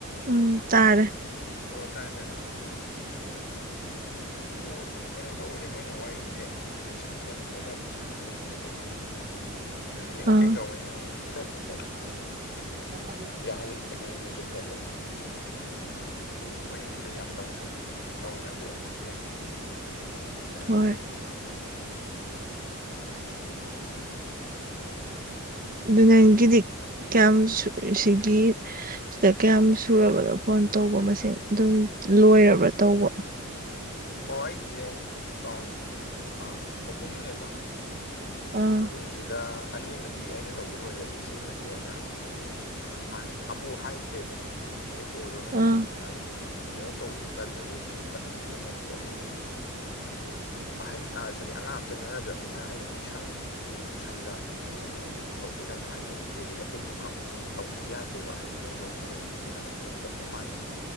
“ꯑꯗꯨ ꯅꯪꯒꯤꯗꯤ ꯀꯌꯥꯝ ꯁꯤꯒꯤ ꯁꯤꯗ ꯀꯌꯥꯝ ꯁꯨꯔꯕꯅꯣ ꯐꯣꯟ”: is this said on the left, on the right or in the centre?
Right